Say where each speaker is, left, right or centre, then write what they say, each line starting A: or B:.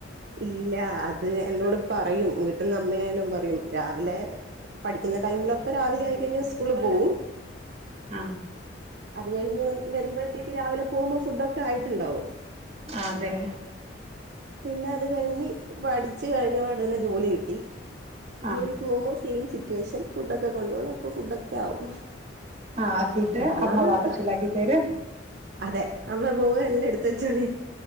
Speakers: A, on the right (about 55°); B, on the right (about 35°).
A: ഇല്ല അത് എന്നോട് പറയും വീട്ട്ന്ന് അമ്മയായാലും പറയും രാവിലെ പഠിക്കുന്ന ടൈമിലൊക്കെ രാവിലെ ആയിക്കഴിഞ്ഞാൽ സ്കൂളിൽ പോവും
B: ആഹ്
A: അത് കഴിഞ്ഞ് വന്ന് വരുമ്പഴത്തേക്ക് രാവിലെ പോകുമ്പോ ഫുഡോക്കെ ആയിട്ടുണ്ടാവും.
B: ആഹ് ആതെ
A: പിന്നെ അത് കഴിഞ്ഞ് പഠിച്ച് കഴിഞ്ഞ ഉടനെ ജോലി കിട്ടി.
B: ആഹ്
A: ജോലിക്കോകുമ്പോ സെയിം സിറ്റുവേഷൻ. ഫുഡൊക്കെ കൊണ്ടോണം. അപ്പൊ ഫുഡോക്കെ ആവും.
B: ആഹ് ആക്കിട്ട്
A: കല്യാണൊക്കെ
B: അമ്മ പാത്രത്തിലാക്കി തരും.
A: അതെ അമ്മ പോവേ എല്ലാം എട്ത്ത്ച്ചാണീ